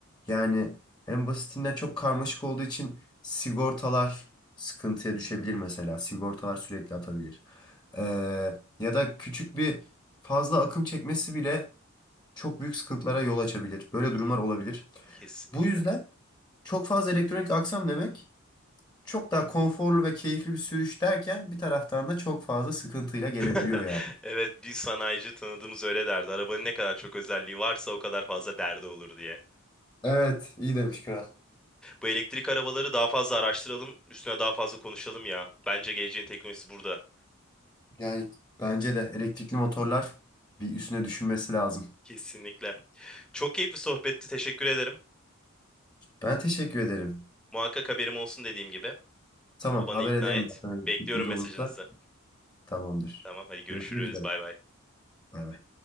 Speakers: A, on the left; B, in the centre.
A: Yani en basitinden çok karmaşık olduğu için sigortalar sıkıntıya düşebilir mesela. Sigortalar sürekli atabilir. Ee, ya da küçük bir fazla akım çekmesi bile çok büyük sıkıntılara yol açabilir. Böyle durumlar olabilir.
B: Kesinlikle.
A: Bu yüzden çok fazla elektronik aksam demek çok daha konforlu ve keyifli bir sürüş derken bir taraftan da çok fazla sıkıntıyla gelebiliyor
B: <laughs>
A: yani.
B: Evet, bir sanayici tanıdığımız öyle derdi. Arabanın ne kadar çok özelliği varsa o kadar fazla derdi olur diye.
A: Evet, iyi demiş Kral.
B: Bu elektrik arabaları daha fazla araştıralım, üstüne daha fazla konuşalım ya. Bence geleceğin teknolojisi burada.
A: Yani bence de elektrikli motorlar bir üstüne düşünmesi lazım.
B: Kesinlikle. Çok keyifli sohbetti, teşekkür ederim.
A: Ben teşekkür ederim.
B: Muhakkak haberim olsun dediğim gibi.
A: Tamam,
B: Bana
A: haber
B: ikna
A: ederim
B: et.
A: ben sana elektriklimiz
B: Bekliyorum mesajınızı.
A: olursa. Tamamdır.
B: Tamam, hadi görüşürüz.
A: Görüşmek üzere.
B: Bay bay.
A: Bay bay.